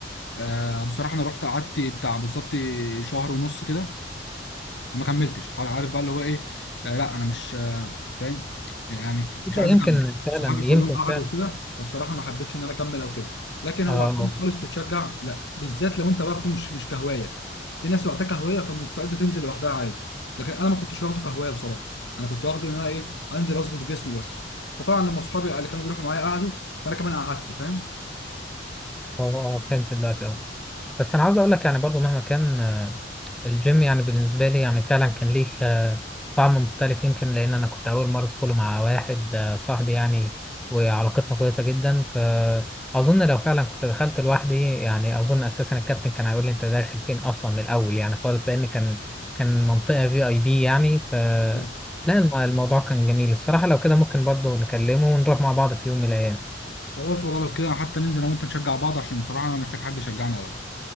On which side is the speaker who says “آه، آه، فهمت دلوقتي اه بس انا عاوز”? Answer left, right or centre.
Centre